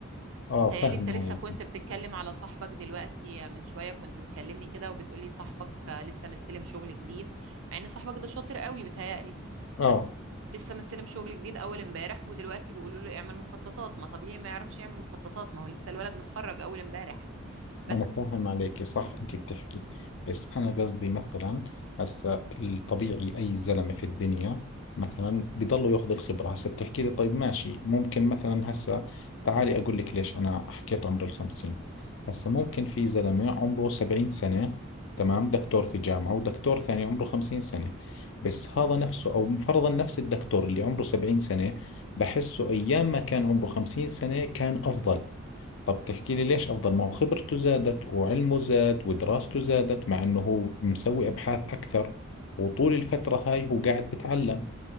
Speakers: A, on the left; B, on the right.
A: آه
B: متهيألي
A: فاهم
B: انت لسه
A: عليك
B: كنت بتتكلم على صاحبك دلوقتي من شوية كنت بتكلمني كده وبتقولي صاحبك لسه مستلم شغل جديد مع ان صاحبك ده شاطر قوي بتهيألي
A: آه
B: بس لسه مستلم شغل جديد اول امبارح ودلوقتي بيقولوا له اعمل مخططات ما طبيعي ما يعرفش يعمل مخططات ما هو لسه الولد متخرج اول امبارح بس
A: أنا فاهم عليكي صح أنت بتحكي بس أنا قصدي مثلا هسا الطبيعي أي زلمة في الدنيا مثلا بضله ياخذ الخبرة هسا بتحكي لي طيب ماشي ممكن مثلا هسا تعالي أقول لك ليش أنا حكيت عمر الخمسين هسا ممكن في زلمة عمره سبعين سنة تمام دكتور في جامعة ودكتور ثاني عمره خمسين سنة بس هذا نفسه أو فرضا نفس الدكتور اللي عمره سبعين سنة بحسه أيام ما كان عمره خمسين سنة كان أفضل طب تحكي لي ليش أفضل ما هو خبرته زادت وعلمه زاد ودراسته زادت مع إنه هو مسوي أبحاث أكثر وطول الفترة هاي هو قاعد بتعلم